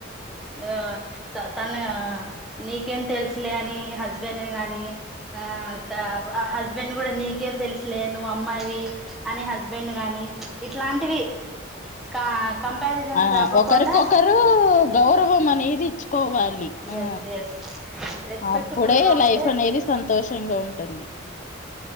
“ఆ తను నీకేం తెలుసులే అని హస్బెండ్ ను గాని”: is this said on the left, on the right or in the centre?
Centre